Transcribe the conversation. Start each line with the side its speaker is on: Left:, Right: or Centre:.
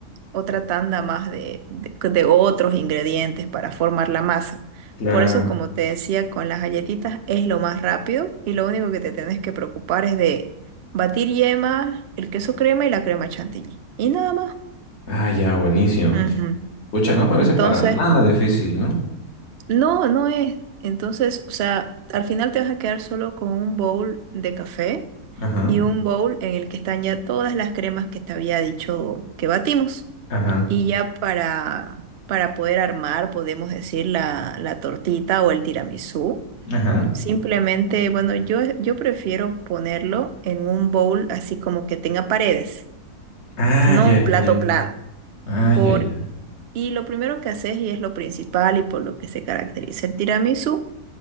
Right: otra tanda más de, de- de otros ingredientes para formar la masa.
Left: Claro.
Right: Por eso, como te decía, con las galletitas es lo más rápido y lo único que te tienes que preocupar es de batir yema, el queso crema y la crema chantilly. Y nada más.
Left: Ah, ya, buenísimo.
Right: Ujú.
Left: Pucha, no parece
Right: Entonces,
Left: para nada difícil, ¿no?
Right: No, no es. Entonces, o sea, al final te vas a quedar solo con un bowl de café
Left: Ajá,
Right: y un bowl en el que están ya todas las cremas que te había dicho que batimos.
Left: ajá,
Right: Y ya para, para poder armar, podemos decir, la, la tortita o el tiramisú.
Left: ajá.
Right: Simplemente, bueno, yo, yo prefiero ponerlo en un bowl así como que tenga paredes,
Left: Ah,
Right: no
Left: ya,
Right: un
Left: ya,
Right: plato
Left: ya.
Right: plano.
Left: Ah,
Right: Por,
Left: ya, ya.
Right: y lo primero que haces, y es lo principal y por lo que se caracteriza el tiramisú,